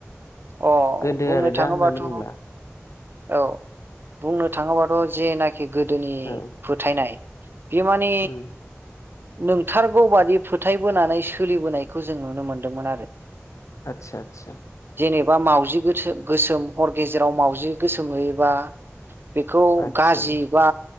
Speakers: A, on the right; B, on the left.
A: अ
B: गोदो
A: बुंनो
B: आरो
A: थाङोबाथ'
B: दा होननानै बुंब्ला
A: औ बुंनो थाङोबाथ' जेनाखि गोदोनि
B: औ
A: फोथायनाय बिमानि
B: उम
A: नंथारगौ बादि फोथायबोनानै सोलिबोनायखौ जों नुनो मोनदोंमोन आरो
B: आतसा आतसा
A: जेनेबा मावाउजि गोस गोसोम हर गेजेराव म मावउजि गोसोम होयोबा बेखौ
B: आतसा
A: गाज्रि बा